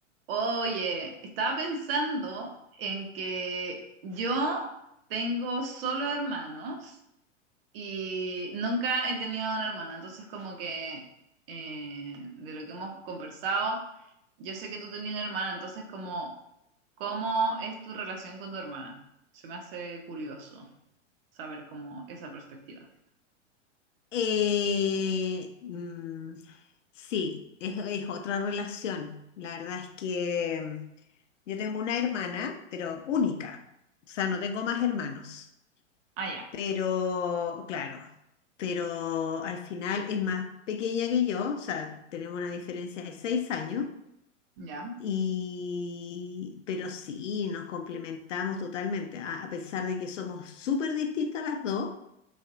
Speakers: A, on the right; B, on the left.
A: Oye, estaba pensando en que yo tengo solo hermanos y nunca he tenido una hermana, entonces como que eh, de lo que hemos conversado, yo sé que tú tenías una hermana, entonces como, ¿cómo es tu relación con tu hermana? Se me hace curioso saber como esa perspectiva.
B: Eh, mm, sí, es, es otra relación. La verdad es que mm, yo tengo una hermana, pero única. O sea, no tengo más hermanos.
A: Ah, ya,
B: Pero, claro, pero al final es más pequeña que yo. O sea, tenemos una diferencia de seis años.
A: ya.
B: Y, pero sí, nos complementamos totalmente. A, a pesar de que somos súper distintas las dos